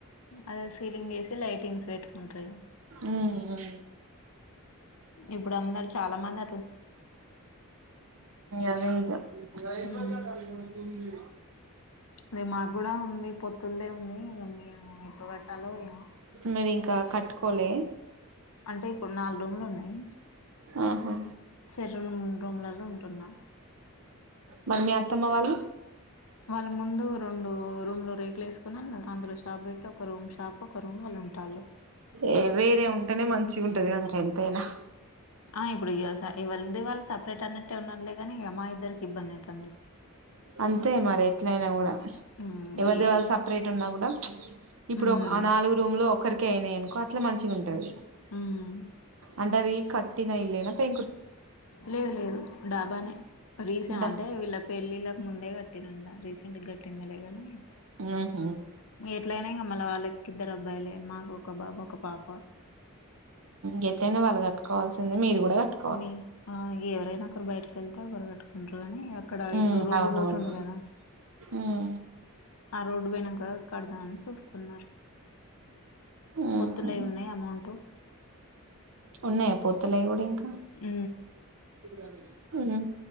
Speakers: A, on the left; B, on the right.
A: అదే సీలింగ్ చేసి లైటింగ్స్ పెట్టుకుంటారు ఇక
B: మ్మ్ అవును
A: ఇప్పుడు అందరు చాలామంది
B: అదే ఇగా
A: హ్మ్
B: అ
A: అదే మాకు కూడా ఉంది పొత్తులదే ఉంది ఇక మేము ఎప్పుడు కట్టాలో ఏమో
B: మరి ఇంకా కట్టుకోలే
A: అంటే ఇప్పుడు నాలుగు రూమ్లు ఉన్నాయి
B: ఆహా!
A: చేరండు రూమ్లలో ఉంటున్నాం
B: మరి మీ అత్తమ్మ వాళ్ళు
A: వాళ్ళ ముందు రెండు రూమ్ లో రేకులు వేసుకున్నా అందులో షాప్ పెట్టి ఒక రూమ్ షాప్ ఒక్క రూమ్ వాళ్ళు ఉంటాలు
B: ఏ వేరే ఉంటేనే మంచి ఉంటది కదర ఎంతైనా
A: ఆ ఇప్పుడు ఇగా స వాళ్లిద్దరూ వాళ్ళు సపరేట్ అన్నట్టే ఉన్నారులేగాని ఇక మా ఇద్దరికి ఇబ్బంది అయితుంది
B: అంతే మరి ఎట్లయినా కూడా
A: మ్మ్
B: ఎవరిది
A: ఏ
B: వాళ్ళు సపరేట్ ఉన్నా కూడం ఇప్పుడు
A: మ్మ్
B: ఆ నాలుగు రూమ్ లో ఒక్కరికి అయినాయి అనుకో అట్లా మంచిగా ఉంటది
A: మ్మ్
B: అంటే అది కట్టిన ఇల్లేనా పె
A: లేదు లేదు డాబనే రీసా
B: దా
A: అంటే వీళ్ళ పెళ్ళిళ్ళలకు ముందే కట్టిరాంట రీసెంట్ గట్టిందలేగాని
B: ఉహు
A: ఎట్లయినా ఇంగ మల్ల వాళ్ళకు ఇద్దరు అబ్బాయిలే మాకు ఒక బాబు ఒక పాప
B: గేట్లైన వాళ్ళు కట్టుకోవాల్సిందే మీరు కూడా కట్టు
A: మీ ఎవరైనా ఒకరు బయటకి వెళ్తే ఒకరు కట్టుకుంటారు కాని అక్కడ
B: ఉమ్
A: ఇప్పుడు రోడ్డు
B: అవునవును
A: పోతుంది కదా
B: ఉమ్
A: ఆ రోడ్డు వేయినంక కడదామని చూస్తున్నారు
B: ఉహు
A: పొత్తుల ఉన్నాయి అమౌంట్
B: ఉన్నాయా పొత్తులయి కూడా ఇంకా
A: ఉ
B: స అ